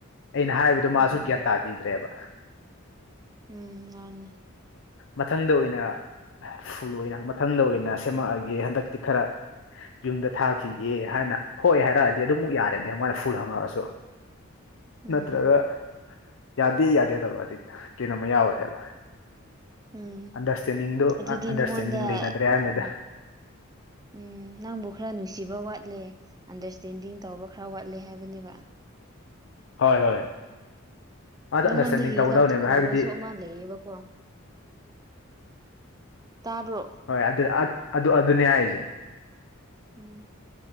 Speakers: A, on the left (about 65°); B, on the right (about 20°).
A: ꯑꯩꯅ ꯍꯥꯏꯕꯗꯣ ꯃꯥꯁꯨ
B: ꯎꯝ
A: ꯒ꯭ꯌꯥꯟ ꯇꯥꯕꯤꯗ꯭ꯔꯦꯕ
B: ꯎꯝ ꯃꯥꯅꯤ
A: ꯃꯊꯪꯗ ꯑꯣꯏꯅ ꯐꯨꯜ ꯑꯣꯏꯅ ꯃꯊꯪꯗ ꯑꯣꯏꯅ ꯁꯦꯝꯃꯛꯑꯒꯦ ꯍꯟꯗꯛꯇꯤ ꯈꯔ ꯌꯨꯝꯗ ꯊꯥꯈꯤꯒꯦ ꯍꯥꯏꯅ ꯍꯣꯏ ꯍꯥꯏꯔꯛꯑꯗꯤ ꯑꯗꯨꯝꯃꯨꯛ ꯌꯥꯔꯗꯤ ꯃꯣꯏꯗ ꯐꯨꯜ ꯍꯪꯉꯛꯑꯁꯨ
B: ꯎꯝ
A: ꯅꯠꯇ꯭ꯔꯒ ꯌꯥꯗꯦ ꯌꯥꯗꯦ ꯇꯔꯗꯤ ꯀꯩꯅꯣꯝꯃ ꯌꯥꯎꯔꯦꯕ
B: ꯎꯝ
A: ꯑꯟꯗꯔꯁꯇꯦꯟꯗꯤꯡꯗꯨꯣ
B: ꯑꯗꯨꯗꯤ
A: ꯑꯟꯗꯔꯁꯇꯦꯟꯗꯤꯡ
B: ꯅꯉꯣꯟꯗ ꯑ
A: ꯂꯩꯅꯗ꯭ꯔꯦ ꯍꯥꯏꯔꯝꯗꯥꯏꯗ
B: ꯎꯝ ꯅꯪꯕꯨ ꯈꯔ ꯅꯨꯡꯁꯤꯕ ꯋꯥꯠꯂꯦ ꯑꯟꯗꯔꯁꯇꯦꯟꯗꯤꯡ ꯇꯧꯕ ꯈꯔ ꯋꯥꯠꯂꯦ ꯍꯥꯏꯕꯅꯦꯕ
A: ꯍꯣꯏ ꯍꯣꯏ ꯑꯗ
B: ꯅꯪꯉꯣꯟꯗꯒꯤ
A: ꯑꯟꯗꯔꯁꯇꯦꯟꯗꯤꯡ ꯇꯧꯒꯗꯕꯅꯦꯕ
B: ꯂꯧꯊꯣꯛꯅꯕꯁꯨ
A: ꯍꯥꯏꯕꯗꯤ
B: ꯑꯃ ꯂꯩꯌꯦꯕꯀꯣ ꯇꯥꯕ꯭ꯔꯣ
A: ꯍꯣꯏ ꯑꯗꯨ ꯑꯗꯨ ꯑꯗꯨꯅꯦ ꯍꯥꯏꯁꯦ
B: ꯎꯝ